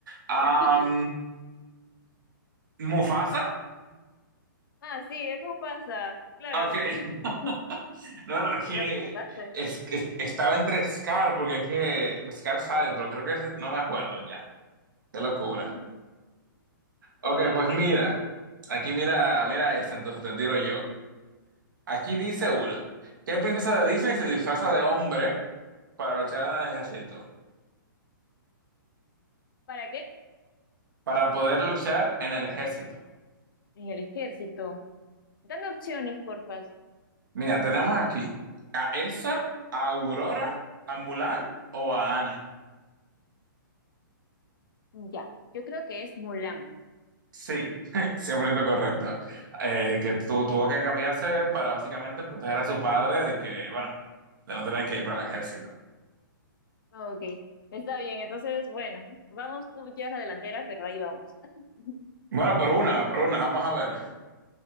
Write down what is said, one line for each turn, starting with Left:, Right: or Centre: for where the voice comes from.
Right: Am,
Left: Rafiki.
Right: ¿Mufasa?
Left: Ah, sí, es Mufasa, claro.
Right: Ok,
Left: <laughs>
Right: <laughs> No, no, es
Left: ¿Sí
Right: que,
Left: lo recordaste?
Right: es que estaba entre Scar, porque es que Scar sabe, pero creo que ese- no me acuerdo ya. Qué locura.
Left: <laughs> Ujú. Ok.
Right: Ok, pues mira, aquí mira, mira esta, entonces te tiro yo. Aquí
Left: Ujú.
Right: dice una. ¿Qué princesa de Disney se disfraza de hombre para luchar en el ejército?
Left: ¿Para qué?
Right: Para poder luchar en el ejército.
Left: En el ejército. Dame opciones, porfas.
Right: Mira, tenemos aquí a Elsa, a Aurora, a Mulan o a Ana.
Left: Ya, yo creo que es Mulan.
Right: Sí, <laughs> 100% correcto. Eh, que tu- tuvo que cambiarse para básicamente proteger a su padre de que, bueno, de no tener que ir para el ejército.
Left: Ok, está bien. Entonces, bueno, vamos, tú llevas la delantera, pero ahí vamos. <laughs>
Right: Bueno, por una, por una, vamos a ver.